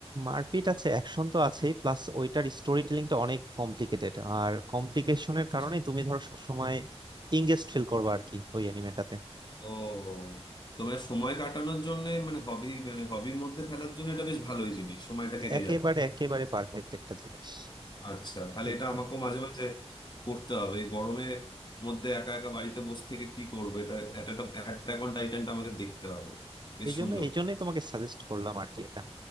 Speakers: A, on the right (about 40°); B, on the left (about 40°).
A: মারপিট আছে অ্যাকশন তো আছেই প্লাস ওইটার স্টোরি টেলিংটা অনেক কমপ্লিকেটেড আর কমপ্লিকেশনের
B: আচ্ছা।
A: কারণে তুমি ধরো সবসময় ইংগেজ ফিল করবে আর কি ওই অ্যানিমেটাতে
B: ও তোমার সময় কাটানোর জন্য মানে হবি মানে হবির মধ্যে ফেলার জন্য এটা বেশ ভালোই জিনিস সময়টা কেটে
A: একেবারে
B: যাবে
A: একেবারে পারফেক্ট একটা জিনিস
B: আচ্ছা তাহলে
A: দেখবা
B: এটা আমাকেও মাঝে মাঝে করতে হবে এই গরমের মধ্যে একা একা বাড়িতে বসে থেকে কি করবো এটা অ্যাটাক অন টাইটানটা আমাকে দেখতে হবে বেশ
A: এই
B: সুন্দর
A: জন্য এই জন্যই তোমাকে সাজেস্ট করলাম আর কি এটা